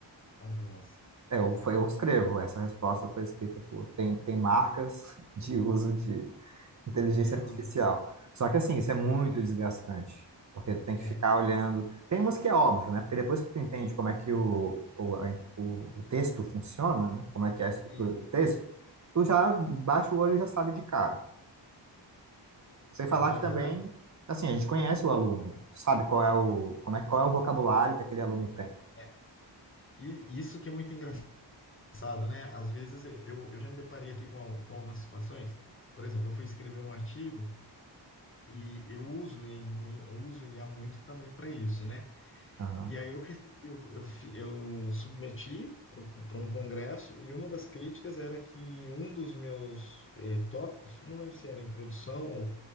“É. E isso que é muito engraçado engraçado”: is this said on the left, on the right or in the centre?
Left